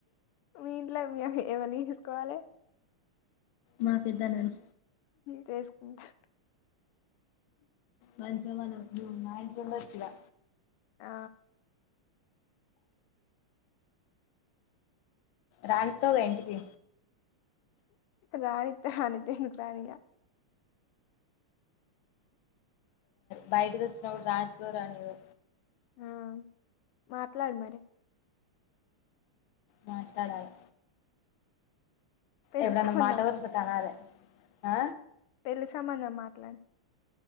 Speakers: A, on the left; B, on the left.
A: మీ ఇంట్లో మీ <unintelligible> ఏవర్ని చూసుకోవాలి
B: మా పెద్దన్నను
A: చేసుకుంటా
B: మంచిగా మనం నువ్వు మా ఇంట్లో ఉండచ్చు గా
A: ఆ
B: రానిత్తావుగా ఇంటికి
A: రానితే రానిత ఎందుకు రానీయ
B: బయటకి వచ్చినప్పుడు రానితదో రానియదో
A: ఆ మాట్లాడు మరి
B: మాట్లాడాల
A: పెళ్ళి
B: ఎప్పుడన్నా
A: సంబంధం
B: మాట వరుసకు అనాలే ఆ
A: పెళ్లి సంబంధం మాట్లాడు